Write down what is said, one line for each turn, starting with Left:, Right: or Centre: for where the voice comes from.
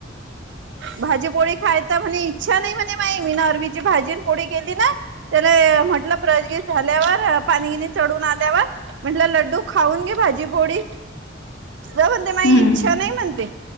Left: <inaudible>
Right: भाजीपोळी खायचा म्हनी इच्छा नाही म्हणे माई मी नरवीची भाजी पोळी केली ना त्येला म्हटलं प्रजगी झाल्यावर पाणीगिनी चढून आल्यावर म्हटलं लड्डू खाऊन घे भाजीपोडी
Left: <inaudible>
Right: जा म्हणते माई
Left: हम्म
Right: इच्छा नाही म्हणते.